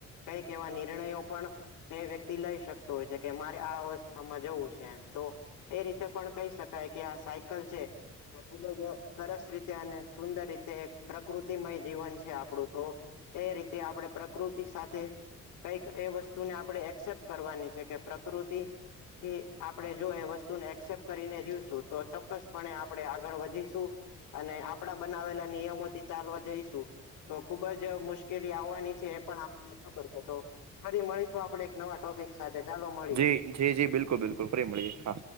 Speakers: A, on the left; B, on the right.
A: કઈક એવા નિર્ણયો પણ તે વ્યક્તિ લઈ શકતો હોય છે કે મારે આ અવસ્થામાં જવું છે એમ તો. એ રીતે પણ કહી શકાય કે આ સાયકલ છે. ખૂબ જ સરસ રીતે અને સુંદર રીતે પ્રકૃતિમય જીવન છે આપડું તો. એ રીતે આપણે પ્રકૃતિ સાથે કઈક એ વસ તુણે આપણે એક્સેપ્ટ કરવાની છે કે પ્ર ટ્રોતે આપણે જો એ વસ્તુને એક્સેપ્ટ કરીને જીવશું તો ચોક્કસપણે આપડે આ આગળ વધીશું અને આપડા બનાવેલા નિયમોથી ચાલવા જઈશું. તો ખુબ જ મુશ્કેલી આવવાની છે એ પણ આપણને ખબર છે તો ફરી મળીશું આપણે નવા ટોપિક સાથે ચાલો મળીએ.
B: જી જી જી બિલકુલ બિલકુલ ફરી મળીએ હા.